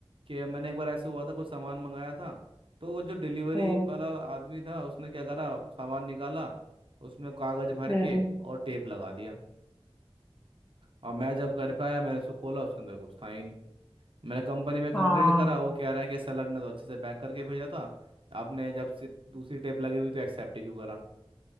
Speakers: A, on the right; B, on the left.
A: कि मैंने एक बार ऐसे हुआ था कुछ सामान मंगाया था तो वो जो डिलीवरी
B: हम्म
A: वाला आदमी था उसने क्या करा सामान निकाला उसमें कागज भर
B: हम्म
A: के और टेप लगा दिया और मैं जब घर पे आया मैंने उसको खोला उसके अंदर कुछ था ही नहीं मैंने कंपनी में कंप्लेंट
B: हाँ
A: करा वो कह रहा है कि सेलर ने तो अच्छे से पैक करके भेजा था आपने जब से दूसरी टेप लगी हुई तो एक्सेप्ट ही क्यों करा